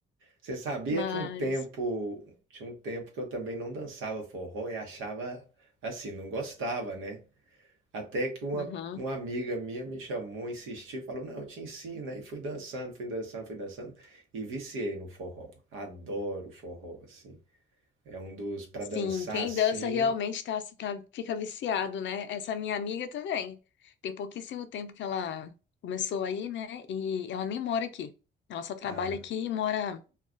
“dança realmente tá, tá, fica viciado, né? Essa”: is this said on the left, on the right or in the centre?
Left